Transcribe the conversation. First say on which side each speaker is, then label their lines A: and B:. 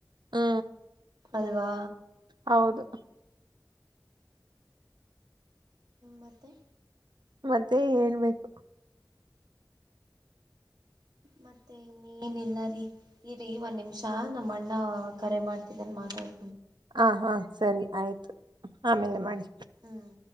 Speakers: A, on the right (about 90°); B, on the right (about 65°).
A: ಹಾ
B: ಹಲ್ವಾ
A: ಹೌದು
B: ಮತ್ತೆ
A: ಮತ್ತೆ ಏನ್ಬೇಕು
B: ಮತ್ತೆ ಏನಿಲ್ಲ ರೀ ಇರಿಒಂದ್ ನಿಮಿಷ ನಮ್ಮ್ಣ ನ ಕರೆ ಮಾಡ್ತಿದ್ದನ್ ಮಾತಾಡ್
A: ಹ ಹಾ ಸರಿ ಆಯ್ತು ಆಮೇಲೆ ಮಾಡಿ
B: ಹ್ಮ್